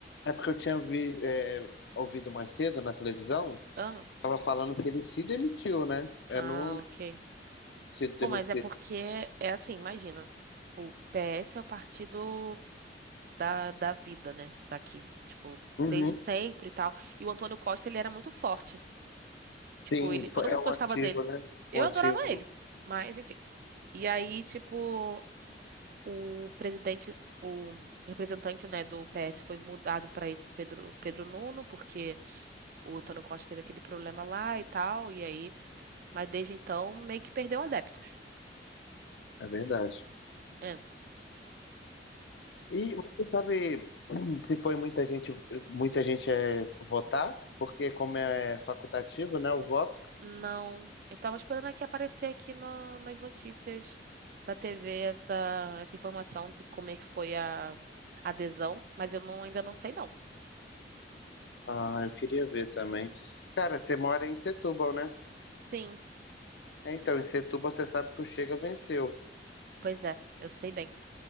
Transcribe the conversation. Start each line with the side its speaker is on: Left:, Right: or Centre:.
Left: é porque eu tinha vi, é, ouvido mais cedo na televisão,
Right: Ah,
Left: tava falando que ele se demitiu, né? É
Right: ah,
Left: não
Right: ok.
Left: se demitiu.
Right: Pô, mas é porque é assim, imagina. O PS é o partido da, da vida, né? Daqui. Tipo,
Left: Uhum.
Right: desde sempre e tal. E o Antônio Costa, ele era muito forte. Tipo,
Left: Sim,
Right: ele, todo
Left: foi-
Right: mundo
Left: é o
Right: gostava
Left: antigo,
Right: dele.
Left: né?
Right: Eu
Left: O antigo.
Right: adorava ele. Mas, enfim. E aí, tipo, o presidente, o representante, né, do PS foi mudado pra esse Pedro, Pedro Nuno, porque o Antônio Costa teve aquele problema lá e tal. E aí, mas desde então, meio que perdeu adeptos.
Left: É verdade.
Right: É.
Left: E você sabe <clears throat> se foi muita gente, muita gente é votar? Porque como é facultativo, né, o voto.
Right: Não, eu tava esperando aqui aparecer aqui na- nas notícias da TV essa, essa informação de como é que foi a adesão, mas eu não, ainda não sei não.
Left: Ah, eu queria ver também. Cara, você mora em Setúbal, né?
Right: Sim,
Left: É, Então, em Setúbal você sabe que o Chega venceu.
Right: pois é, eu sei bem.